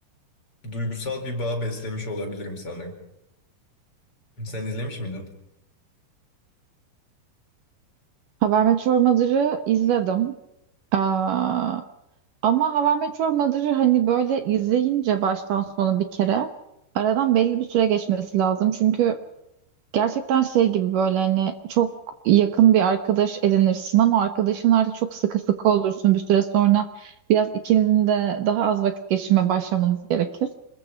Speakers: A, on the left; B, on the right.
A: duygusal bir bağ beslemiş olabilirim sanırım. Sen izlemiş miydin?
B: How I Met Your Mother'ı izledim. Aa, ama How I Met Your Mother'ı hani böyle izleyince baştan sona bir kere aradan belli bir süre geçmesi lazım. Çünkü Gerçekten şey gibi böyle hani çok yakın bir arkadaş edinirsin ama arkadaşın artık çok sıkı sıkı olursun. Bir süre sonra biraz ikinizin de daha az vakit geçirmeye başlamanız gerekir.